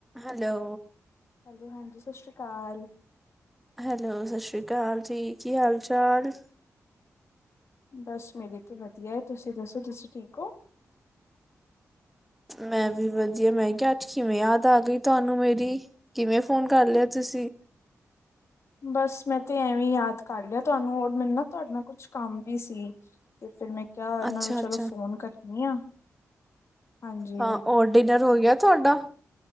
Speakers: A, in the centre; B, on the left.
A: ਹੈਲੋ।
B: ਹੈਲੋ ਹਾਂਜੀ, ਸਤ ਸ਼੍ਰੀ ਕਾਲ।
A: ਹੈਲੋ, ਸਤਿ ਸ਼੍ਰੀ ਕਾਲ ਜੀ। ਕੀ ਹਾਲ ਚਾਲ?
B: ਬਸ ਮੇਰੇ ਤੇ ਵਦੀਆ ਏ, ਤੁਸੀਂ ਦੱਸੋ ਤੁਸੀਂ ਠੀਕ ਔ?
A: ਮੈਂ ਵੀ ਵਦੀਆ, ਮੈਂ ਕਿਆ ਅੱਜ ਕਿਵੇਂ ਯਾਦ ਆ ਗਈ ਤੁਹਾਨੂੰ ਮੇਰੀ? ਕਿਵੇਂ ਫੋਨ ਕਰ ਲੇਆ ਤੁਸੀਂ?
B: ਬਸ ਮੈਂ ਤੇ ਐਵੇਂ ਈ ਯਾਦ ਕਰ ਲੇਆ ਤੁਹਾਨੂੰ, ਹੋਰ ਮੈਨੂੰ ਨਾ ਤੁਹਾਡੇ ਨਾਲ ਕੁਛ ਕੰਮ ਵੀ ਸੀ। ਤੇ ਫਿਰ ਮੈਂ ਕੇਆ, ਐਨਾਂ
A: ਅੱਛਾ
B: ਨੂੰ ਚਲੋ
A: ਅੱਛਾ
B: ਫੋਨ ਕਰਨੀ ਆ, ਹਾਂਜੀ।
A: ਹਾਂ ਔਰ ਡਿਨਰ ਹੋ ਗਿਆ ਤੁਹਾਡਾ?